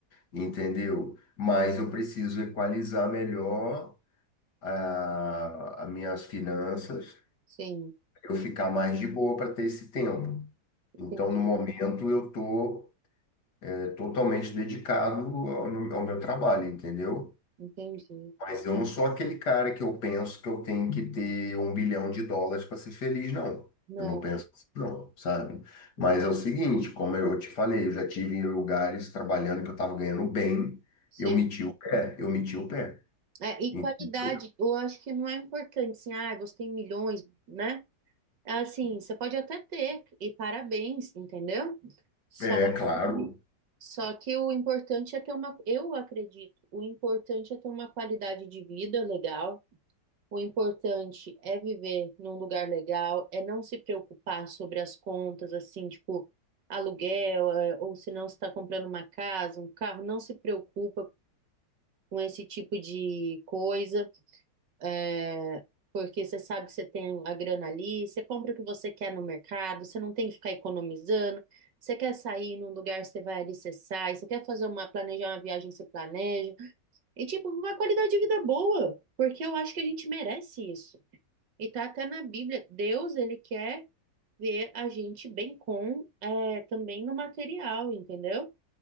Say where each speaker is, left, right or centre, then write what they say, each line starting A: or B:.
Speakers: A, on the left; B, on the right.
A: entendeu? Mas eu preciso equalizar melhor a, as minhas finanças,
B: sim,
A: eu ficar mais de boa para ter esse tempo. Então,
B: entendi,
A: no momento, eu estou totalmente dedicado ao, ao meu trabalho, entendeu?
B: entendi.
A: Mas eu não sou aquele cara que eu penso que eu tenho que ter um bilhão de dólares para ser feliz, não.
B: Não,
A: Eu não penso assim, não, sabe?
B: uhum,
A: Mas é o seguinte, como eu te falei, eu já tive em lugares trabalhando que eu estava ganhando bem,
B: sim.
A: eu meti o pé, eu meti o pé.
B: É, e
A: Então,
B: qualidade, eu acho que não é importante, assim, ah, você tem milhões, né? É Assim, você pode até ter, e parabéns, entendeu? Só
A: é claro,
B: que, só que o importante é ter uma, eu acredito, o importante é ter uma qualidade de vida legal, o importante é viver num lugar legal, é não se preocupar sobre as contas, assim, tipo, aluguel, é, ou se não está comprando uma casa, um carro, não se preocupa com esse tipo de coisa. É, porque você sabe que você tem a grana ali, você compra o que você quer no mercado, você não tem que ficar economizando. Você quer sair num lugar, você vai ali, você sai. Você quer fazer uma, planejar uma viagem, você planeja. E, tipo, uma qualidade de vida boa, porque eu acho que a gente merece isso. E tá até na Bíblia, Deus, ele quer ver a gente bem com, é, também no material, entendeu?